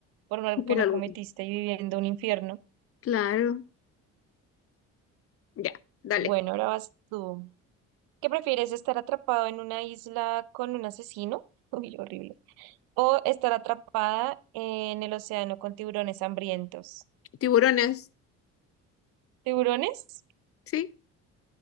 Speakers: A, on the right; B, on the left.
A: por algo que
B: Por
A: no
B: algo.
A: cometiste y viviendo un infierno.
B: Claro. Ya, dale.
A: Bueno, ahora vas tú. ¿Qué prefieres, estar atrapado en una isla con un asesino? <laughs> Uy, horrible. O estar atrapada en el océano con tiburones hambrientos.
B: Tiburones,
A: ¿Tiburones?
B: ¿sí?